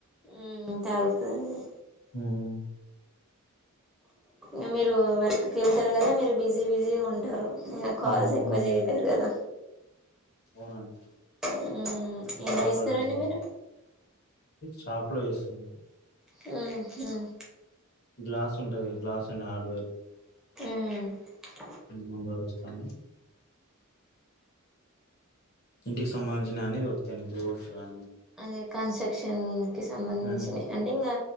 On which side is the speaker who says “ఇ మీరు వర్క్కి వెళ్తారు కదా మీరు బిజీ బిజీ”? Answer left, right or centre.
Centre